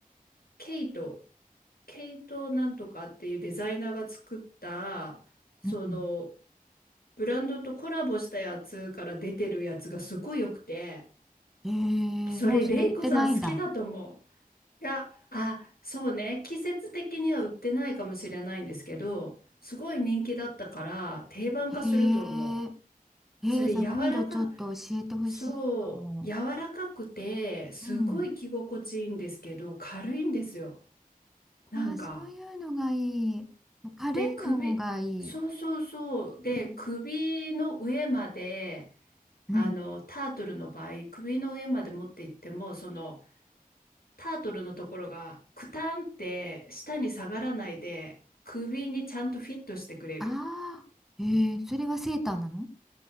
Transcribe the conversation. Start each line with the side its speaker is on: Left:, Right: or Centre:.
Left: ケイト、ケイトなんとかっていうデザイナーが作った、その、
Centre: うん。
Left: ブランドとコラボしたやつから出てるやつがすごい良くて、
Centre: えー、
Left: それ、
Centre: もうそれ売ってないんだ。
Left: レイコさん好きだと思う。いや、あ、そうね。季節的には売ってないかもしれないんですけど、すごい人気だったから定番化すると思う。
Centre: へえ。えー、
Left: それ柔らか、
Centre: じゃあ今度ちょっと教えてほしいかも。
Left: そう、柔らかくて、すごい着心地いいんですけど、
Centre: うん。
Left: 軽いんですよ。なんか。
Centre: ああ、そういうのがいい。もう軽いのがいい。
Left: で、首、そうそうそう。で、
Centre: うん。
Left: 首の上まで、
Centre: うん
Left: あの、タートルの場合、首の上まで持っていっても、その、タートルのところが、クタンって下に下がらないで、首にちゃんとフィットしてくれる。
Centre: ああ、えー、それはセーターなの